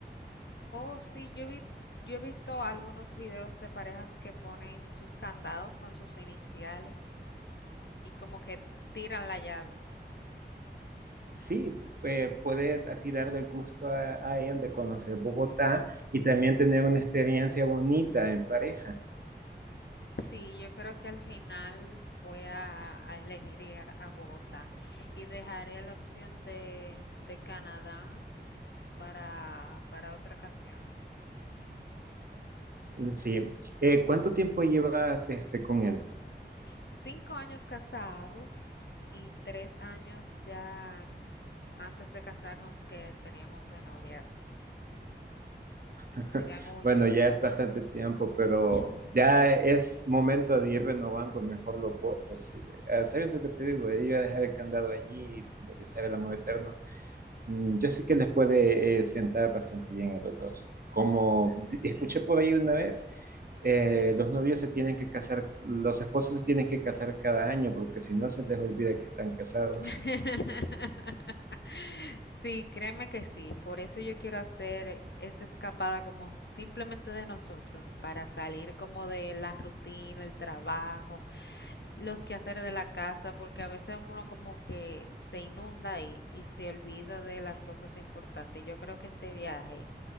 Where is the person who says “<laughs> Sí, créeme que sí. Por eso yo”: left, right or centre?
Left